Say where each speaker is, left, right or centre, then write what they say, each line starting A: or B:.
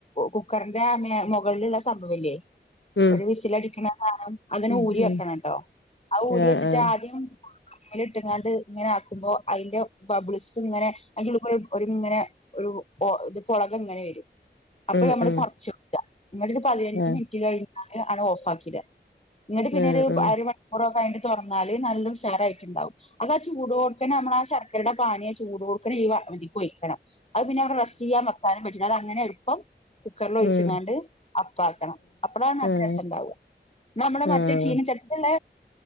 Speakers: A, on the left; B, on the left.
A: കുക്കറിന്റെ ആ മേ മുകളിലുള്ള സംഭവില്ലേ
B: ഉം
A: ഒരുവിസിലടിക്കണ സാനം അതിനെ
B: ഉം
A: ഊരി
B: ഉം
A: വെക്കണം ട്ടോ അത് ഊരി
B: ആഹ്
A: വെച്ചിട്ടാദ്യം
B: ആഹ്
A: അതിലിട്ടിങ്ങാണ്ട് ഇങ്ങനാക്കുമ്പോ അയിന്റെ ബബിൾസിങ്ങനെ അയിന്റെ ഉള്ളിക്കൂടെ ഒരിങ്ങനെ ഒരു ഒ ഇത് കൊളകിങ്ങനെ വെരും അപ്പൊ
B: ഉം
A: നമ്മളുകൊറച്ചിക്ക
B: ഉം
A: എന്നിട്ടൊരു പതിനഞ്ചു
B: ആഹ്
A: മിനിറ്റുകഴിഞ്ഞാണ് ഓഫാക്കിടുക ഇങ്ങട്ട് പിന്നൊരു
B: ആഹ് ആഹ്
A: അര മണിക്കൂറു കഴിഞ്ഞിട്ടു തൊറന്നാല് നല്ല ഉഷാറായിട്ടുണ്ടാവും അതാ ചൂടോടുതന്ന നമ്മളാ ശർക്കരയുടെ പാനിയെ ചൂടോട്ക്കന്നെ ഈ ഇതീകൊയിക്കണം അതുപിന്നെ അവിടെ റസ്റ്റെയ്യാൻ വെക്കാനുംപറ്റും അതങ്ങനെ എളുപ്പം കുക്കറിൽ ഒഴിച്ചിങ്ങാണ്ട്
B: ഉം ഉം ഉം
A: അപ്പാക്കണം അപ്പളാണു
B: ഉം
A: നല്ലരസുണ്ടാവ
B: ആഹ് ആഹ്
A: എന്നാ നമ്മുടെ മറ്റേ
B: ആഹ്
A: ചീനിച്ചട്ടീലൊള്ള